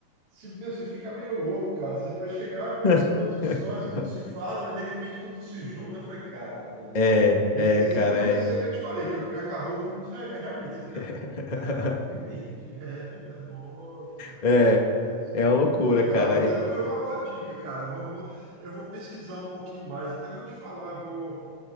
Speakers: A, on the right (about 75°); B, on the left (about 55°).
A: se, meu, você fica meio louco, cara. Você vai chegar, aparece
B: <laughs>
A: duas histórias que não se falam, e de repente tudo se junta. Eu falei, cara,
B: É,
A: esse,
B: é,
A: esse
B: cara,
A: foi um
B: é.
A: desses aí que eu te falei, que, eu- que acabou o filme, você, é, é realmente, você fica.
B: <laughs>
A: Cara, eu entendi. É verdade. Nossa,
B: É,
A: cara. É isso.
B: é uma loucura,
A: muito legal,
B: cara.
A: mas
B: E-
A: é, foi uma boa dica, cara. Eu vou, vou- eu vou pesquisar um pouquinho mais. Até vou te falar, vou,